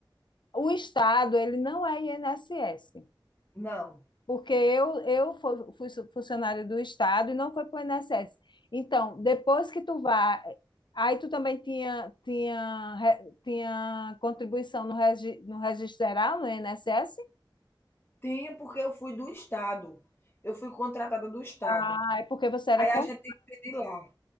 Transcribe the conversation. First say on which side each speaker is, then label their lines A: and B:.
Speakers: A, on the left; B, on the left.
A: o Estado, ele não é INSS,
B: Não,
A: porque eu, eu fu- fui su- funcionária do Estado e não foi para o INSS. Então, depois que tu vai aí tu também tinha, tinha, re- tinha contribuição no, regi, no registral, no INSS?
B: tinha porque eu fui do Estado. Eu fui contratada do Estado.
A: Ah, é porque você era
B: Aí
A: contra.
B: a gente tem que pedir lá.